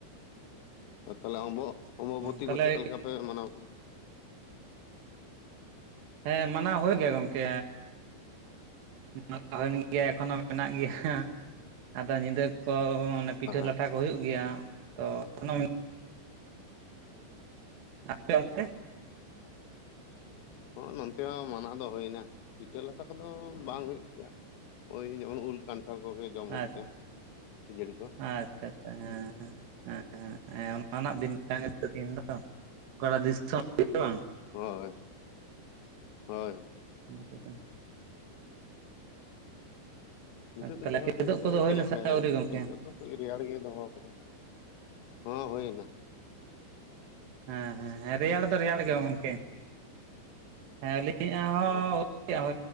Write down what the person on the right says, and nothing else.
ᱛᱟᱦᱚᱞᱮ
ᱦᱮᱸ, ᱢᱟᱱᱟᱣ ᱦᱳᱭᱮᱱ ᱜᱮᱭᱟ ᱜᱚᱝᱠᱮ, <unintelligible> ᱢᱟᱱᱟᱣ ᱦᱳᱭᱮᱱ ᱜᱮᱭᱟ ᱮᱠᱷᱚᱱᱚ ᱢᱮᱱᱟᱜ ᱜᱷᱮᱸᱭᱟ ᱟᱫᱚ ᱧᱤᱸᱫᱟᱹ ᱠᱚᱻ ᱯᱤᱴᱷᱟᱹ ᱞᱟᱴᱷᱟ
ᱠᱚ ᱦᱩᱭᱩᱜ ᱜᱮᱭᱟ ᱛᱚ <unintelligible> ᱟᱯᱮ‌ ᱚᱱᱛᱮ?
ᱟᱪᱪᱷᱟ
ᱟᱪᱪᱷᱟ ᱦᱮᱸ, ᱦᱮᱸ <unintelligible> ᱦᱮᱸ ᱚᱱᱟᱱᱟᱜ ᱫᱤᱱ ᱠᱟᱜᱮ ᱫᱤᱱ ᱫᱚ, ᱚᱠᱟᱴᱟᱜ ᱫᱤᱥᱚᱢ ᱵᱟᱝ
<unintelligible>
ᱛᱟᱦᱚᱞᱮ
ᱠᱤᱫᱩᱵ
ᱠᱚᱫᱚ
ᱦᱩᱭᱱᱟ
ᱥᱮ ᱟᱹᱣᱨᱤ
ᱜᱚᱢᱠᱮ?
ᱦᱮᱸ ᱦᱮᱸ ᱦᱮᱸ ᱨᱮᱭᱟᱲ ᱫᱚ ᱨᱮᱭᱟᱲ ᱜᱮ ᱜᱚᱢᱠᱮ ᱦᱮᱸ ᱟᱹᱞᱤᱧᱟᱜ ᱦᱚᱸ